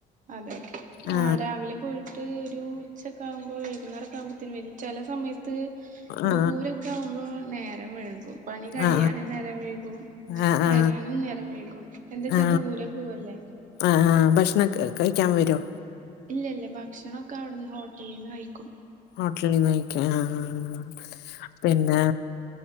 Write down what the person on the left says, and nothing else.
ആ
ആ
ആ ആ
ആ ആ
ആ ആ
ആ ആ ഭക്ഷണം ക്ക കഴിക്കാൻ വരോ
ഹോട്ടലിന്ന് കഴിക്കും ആഹ് ആഹ് ആഹ് പിന്നെ